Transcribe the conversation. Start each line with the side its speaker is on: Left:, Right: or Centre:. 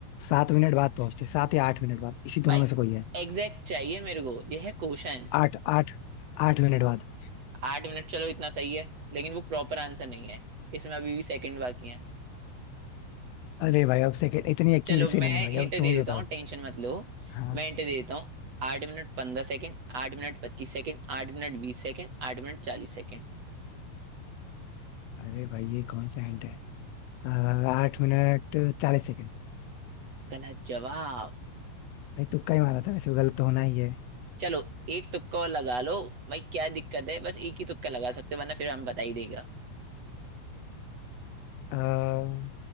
Left: सात मिनट बाद पहुंचते सात या आठ मिनट बाद इसी दोनों
Right: भाई
Left: में से कोई है
Right: एग्जैक्ट चाहिए मेरे को यह है क्वेश्चन
Left: आठ आठ आठ मिनट बाद
Right: आठ मिनट चलो इतना सही है लेकिन वो प्रॉपर आंसर नहीं है इसमें अभी भी सेकंड बाकी है
Left: अरे भाई अब सेकंड इतनी एक्यूरेसी
Right: चलो मैं
Left: नहीं है भाई
Right: हिंट
Left: अब
Right: दे
Left: तुम
Right: देता
Left: ही बताओ
Right: हूँ टेंशन मत लो
Left: हाँ
Right: मैं हिंट दे देता हूँ आठ minute पंद्रह second आठ मिनट पच्चीस सेकंड आठ मिनट बीस second आठ minute चालीस second
Left: अरे भाई ये कौन सा हिंट है अ, आठ मिनट चालीस सेकंड
Right: गलत जवाब
Left: भाई तुक्का ही मारा था वैसे भी गलत तो होना ही है
Right: चलो एक तुक्का और लगा लो भाई क्या दिक्कत है बस एक ही तुक्का लगा सकते हो वरना फिर हम बता ही देगा
Left: अ,